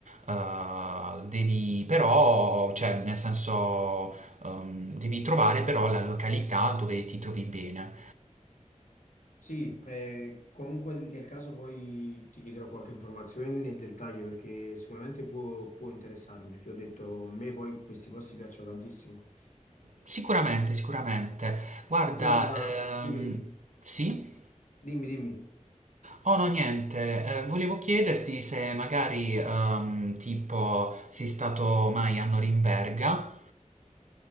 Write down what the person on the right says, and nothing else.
Uh, devi però, cioè nel senso, um, devi trovare però la località dove ti trovi bene.
Sicuramente, sicuramente. Guarda,
ehm,
sì?
Oh no, niente, eh, volevo chiederti se magari, ehm, tipo, sei stato mai a Norimberga